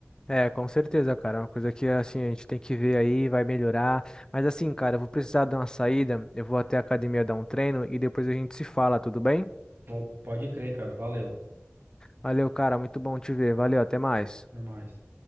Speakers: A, on the left; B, on the right.
A: É, com certeza, cara. É uma coisa que, assim, a gente tem que ver aí, vai melhorar. Mas, assim, cara, eu vou precisar dar uma saída. Eu vou até a academia dar um treino e depois a gente se fala, tudo bem?
B: Pode, pode crer, cara. Valeu.
A: Valeu, cara. Muito bom te ver. Valeu, até mais.
B: Até mais.